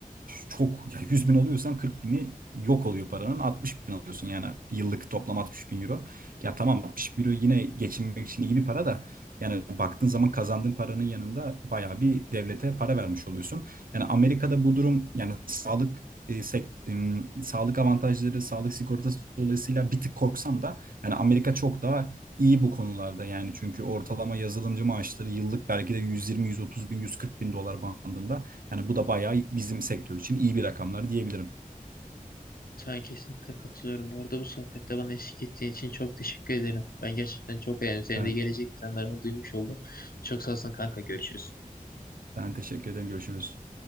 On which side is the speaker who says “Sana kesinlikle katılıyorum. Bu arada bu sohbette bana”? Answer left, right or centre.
Left